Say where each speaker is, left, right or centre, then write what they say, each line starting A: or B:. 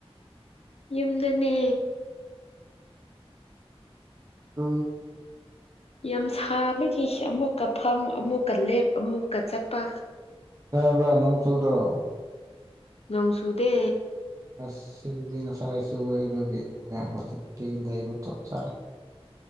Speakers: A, on the left (about 70°); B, on the right (about 30°).
A: ꯌꯨꯝꯗꯅꯦ
B: ꯀ
A: ꯌꯥꯝ ꯁꯥꯕꯒꯤ ꯑꯃꯨꯛꯀ ꯐꯝ ꯑꯃꯨꯛꯀ ꯂꯦꯞ ꯑꯃꯨꯛꯀ ꯆꯠꯄ
B: ꯁꯕꯔ ꯅꯣꯡ ꯆꯨꯗ꯭ꯔꯣ
A: ꯅꯣꯡ ꯆꯨꯗꯦ
B: ꯑꯁ ꯁꯤꯗꯨꯗꯤ ꯉꯁꯥꯏ ꯆꯨꯑꯦ ꯑꯗꯨꯗꯤ ꯑ ꯍꯧꯖꯤꯛꯇꯤ ꯂꯩꯕ ꯆꯞ ꯆꯥꯔꯦ